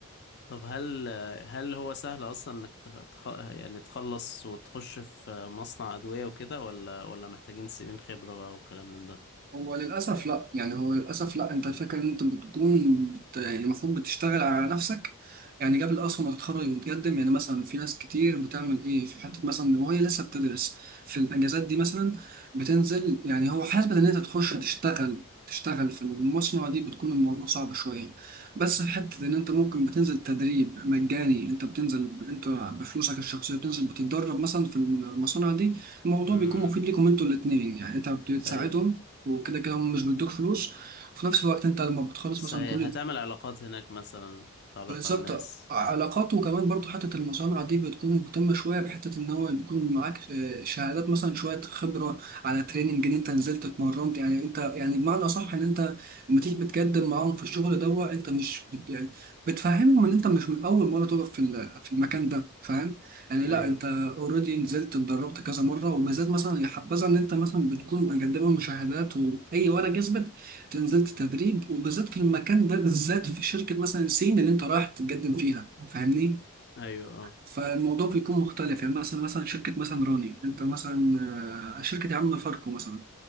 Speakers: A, on the left; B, on the right.
A: طب هل هل هو سهل أصلا إنك تخ... تخ- يعني تخلص وتخش في مصنع أدوية وكده ولا ولا محتاجين سنين خبرة بقى والكلام من ده
B: هو للأسف لأ يعني هو للأسف لأ أنت الفكرة إن أنت بتكون بت... يعني المفروض بتشتغل على نفسك يعني قبل أصلا ما تتخرج وتقدم يعني مثلا في ناس كتير بتعمل إيه في حتة مثلا وهي لسه بتدرس في الأجازات دي مثلا بتنزل يعني هو حسبة إن أنت تخش تشتغل تشتغل في المصنع دي بتكون الموضوع صعب شوية بس في حتة إن أنت ممكن بتنزل تدريب مجاني أنت بتنزل ب... أنت بفلوسك الشخصية بتنزل بتتدرب مثلا في المصانع دي الموضوع
A: امم
B: بيكون مفيد ليكم أنتوا الاتنين يعني أنت بتساعدهم
A: أيوه
B: وكده كده هم مش بيدوك فلوس وفي نفس الوقت انت لما بتخلص
A: سي...
B: مثلا كل
A: هتعمل علاقات هناك مثلا تتعرف
B: بالظبط
A: على ناس
B: علاقات وكمان برضو حتة المصانع دي بتكون مهتمة شوية بحتة إن هو بيكون معاك آه، شهادات مثلا شوية خبرة على تريننج إن أنت نزلت اتمرنت يعني أنت يعني بمعنى أصح إن أنت لما تيجي بتقدم معاهم في الشغل دوا أنت مش بت يعني بتفهمهم إن أنت مش من أول مرة تقف في ال- في المكان ده فاهم يعني
A: ايوه
B: لا أنت أوريدي نزلت اتدربت كذا مرة وبالذات مثلا يا حبذا إن أنت مثلا بتكون مقدمة مشاهدات وأي ورقة يثبت نزلت تدريب وبالذات في المكان ده بالذات في شركة مثلا سين اللي انت رايح تتقدم فيها فاهمني
A: ايوه اه
B: فالموضوع بيكون مختلف يعني مثلا مثلا شركة مثلا راني انت مثلا آه، شركة يا عم فاركو مثلا